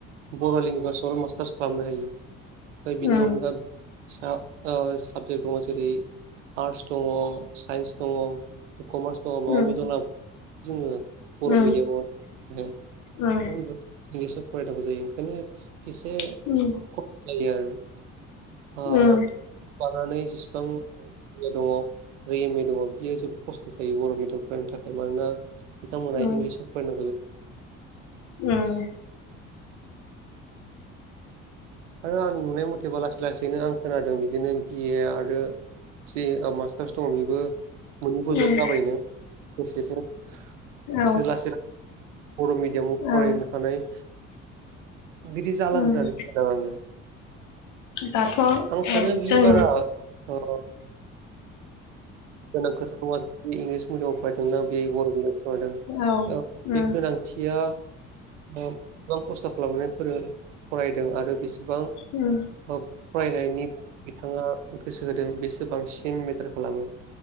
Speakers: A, on the right; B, on the left.
A: बर' लेंगुवेजआव मास्टार्स खालामनो हायो
B: उम
A: बिनि अनगा सा ओ साबजेक्ट दङ जेरै आर्टस दङ साइन्स दङ कमार्स दं
B: उम
A: माबा मि दं जोङो बर'
B: उम
A: मिडियामाव
B: उम
A: <unintelligible> इंलिसाव फरायनांगौ जायो ओंखायनो एसे
B: <unintelligible>
A: खसथ जायो आरो
B: उम
A: बानानै जेसेबां दङ आरो एम ए दङ बियो जोबोद खस्थ' जायो बर' मिडियाम फरायनो थाखाय मानोना बिथांमोना
B: उम
A: इंलिस फरायनांगौ जायो।
B: ओम
A: आरो आंनि नुनाय मथेबा लासै लासैनो आं खोनादों बिदिनो बिए आरो थ्रि ओ मास्टार्स दङ बेबो। मोननैबो
B: उम,
A: ज' जाबायनो लोगोसेफोर
B: औ
A: बिसोर लासै लासै बर' मिड बिमाव
B: औ
A: फरायनो हानाय बिदि जालां
B: उम,
A: होननानै खदों आङो।
B: दाथ'
A: आं सानो बियो
B: जों
A: बारा ओ गोनां खोथाखौ हाय बे इंलिस मिडियामाव फरायदोंनाा बे बर' मिडियामाव फरायदों
B: औ उम
A: बे गोनां थिया ओ बेसेबां खस्थ' खालामनानै फोरों फरायदों आरो बेसेबां
B: ओम
A: औ फरायनायनि बिथाङा गोसो होदों बेसो बांसिन मेटार खालामो‌।